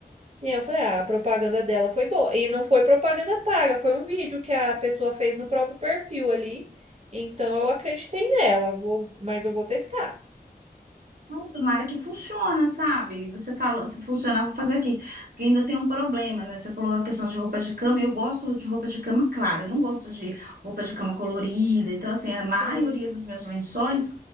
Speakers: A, on the right; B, on the right.
A: E aí eu falei, ah, a propaganda dela foi boa. E não foi propaganda paga, foi um vídeo que a pessoa fez no próprio perfil ali. Então eu acreditei nela, vou, mas eu vou testar.
B: Ai, Tomara que funciona, sabe? Você fala, se funcionar, vou fazer aqui. Porque ainda tem um problema, né? Você falou a questão de roupa de cama. Eu gosto de roupa de cama clara, eu não gosto de roupa de cama colorida. Então, assim, a maioria
A: Sim.
B: dos meus lençóis